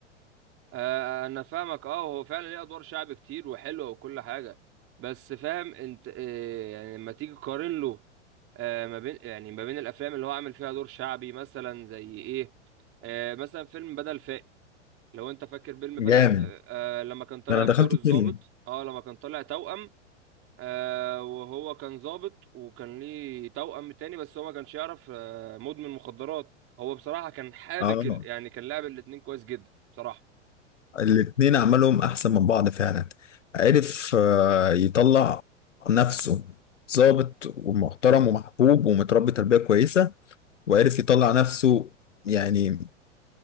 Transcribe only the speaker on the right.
آه، انا فاهمك اه هو فعلا ليه ادوار شعب كتير وحلوه وكل حاجه بس فاهم انت آه، يعني لما تيجي تقارن له آه، ما بين يعني ما بين الافلام اللي هو عامل فيها دور شعبي مثلا زي ايه آه، مثلا فيلم بدل فاقد لو انت فاكر فيلم
بدل آه، آه، لما كان طالع
بدور
الضابط
اه لما كان طالع توأم آه، وهو كان ضابط وكان ليه توأم تاني بس هو ما كانش يعرف آه، مدمن مخدرات هو بصراحه كان حابك
ال- يعني كان لعب الاتنين كويس جدا بصراحه